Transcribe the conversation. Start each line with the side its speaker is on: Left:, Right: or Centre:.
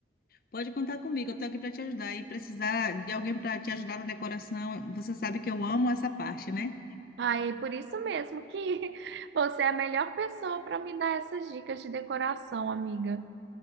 Left: Pode contar comigo, eu estou aqui para te ajudar. E precisar de alguém para te ajudar na decoração, você sabe que eu amo essa parte, né?
Right: Ah, é por isso mesmo que <laughs> você é a melhor pessoa para me dar essas dicas de decoração, amiga.